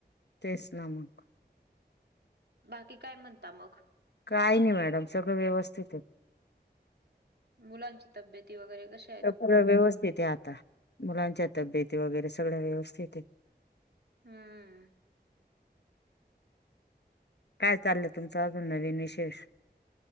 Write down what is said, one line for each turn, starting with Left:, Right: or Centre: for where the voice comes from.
Left: तेच ना मग.
Right: बाकी काय म्हणता मग?
Left: काही नाही मॅडम सगळं व्यवस्थित आहेत.
Right: मुलांच तब्येतती वगैरे कशी?
Left: पू व्यवस्थित आहे आता मुलांच्या तब्येेत वगैरे सगळ व्यवस्थित आहे.
Right: हम्म.
Left: काय चाललंय तुमचं अजून नवीन विशेष?